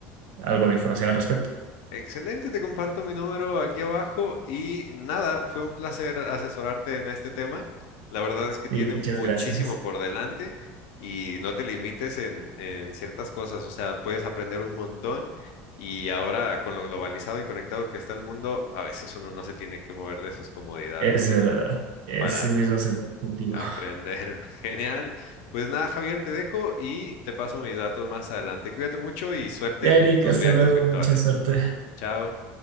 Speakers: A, on the right (about 80°); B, on the left (about 75°).
A: algo de información al respecto.
B: Excelente, te comparto mi número aquí abajo y nada, fue un placer asesorarte en este tema. La verdad es que tiene
A: Y muchas
B: muchísimo
A: gracias.
B: por delante y no te limites en, en ciertas cosas, o sea, puedes aprender un montón. Y ahora con lo globalizado y conectado que está el mundo, a veces uno no se tiene que mover de sus comodidades
A: Es
B: y
A: verdad, ese
B: para
A: mismo es el objetivo.
B: Aprender.
A: <laughs>
B: <laughs> Genial. Pues nada, Javier, te dejo y te paso mis datos más adelante. Cuídate mucho y suerte
A: Erika,
B: en tus
A: hasta
B: viajes
A: luego,
B: virtuales.
A: mucha suerte.
B: Chao.